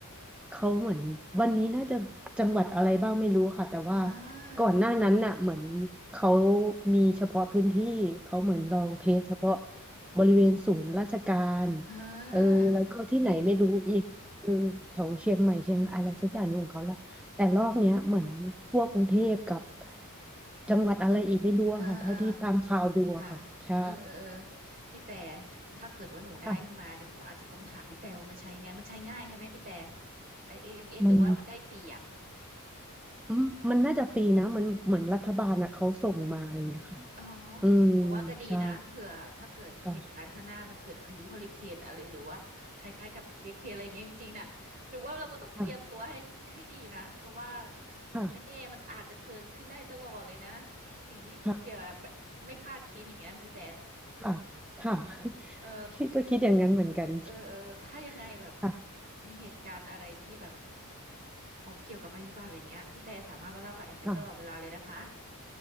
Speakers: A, in the centre; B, on the right.
A: เขาเหมือนวันนี้น่าจะจังหวัดอะไรบ้างไม่รู้ค่ะแต่ว่า
B: อ่า
A: ก่อนหน้านั้นน่ะเหมือนเขามีเฉพาะพื้นที่เขาเหมือนลองเทสเฉพาะ
B: อืมอืมอืมอม
A: บริเวณศูนย์ราชการ
B: อ่าโอเค
A: เออแล้วก็ที่ไหนไม่รู้อีกเออแถวเชียงใหม่เชียงอะไรสักอย่างหนึ่งของเขาละแต่รอบเนี้ยเหมือนทั่วกรุงเทพกับ
B: อืมอืมอืมอืมอืมค่ะ
A: จังหวัดอะไรอีกไม่รู้อะค่ะเท่าที่ตามข่าวดูอะค่ะใช่
B: อ่าอ่าค่ะเออเออ เออ พี่แต่ถ้าเกิดว่าหนูได้ขึ้นมาเดี๋ยวหนูอาจจะต้องถามพี่แต่ว่ามันใช้ยังไง
A: ค่ะ
B: มันใช้ง่ายใช่ไหมพี่แต่ไอเอ็มเอสหรือว่ามันได้ฟรีอ่ะ
A: มัน อืมมันน่าจะฟรีนะมันเหมือนรัฐบาลอ่ะเขาส่งมาอย่างเงี้ยค่ะ
B: อ๋อ
A: อืม
B: หนูว่าก็ดีนะเผื่อถ้าเกิดเหตุการณ์ข้างหน้ามันเกิดพายุเฮอริเคนอะไรหรือว่าคล้ายๆกับเฮอริเคนอะไรอย่างเงี้ยจริงๆนะหนูว่าเราก็ต้องเตรียมตัวให้ให้ดีนะเพราะว่า
A: ใช่ค่ะค่ะค่ะ
B: ไม่แน่มันอาจจะเกิดขึ้นได้ตลอดเลยนะสิ่งที่เกี่ยวกับแบบไม่คาดคิดอย่างเงี้ยพี่แต่
A: ค่ะค่ะค่ะ
B: อืม
A: <laughs>
B: เออ
A: พี่ก็คิดอย่างนั้นเหมือนกัน
B: เออเออถ้ายังไงแบบ
A: <laughs> ค่ะ
B: มีเหตุการณ์อะไรที่แบบพอเกี่ยวกับภัยพิบัติอะไรเงี้ยพี่แต่สามารถมาเล่ากับแอมได้ตลอดเวลาเลยนะคะ
A: ค่ะ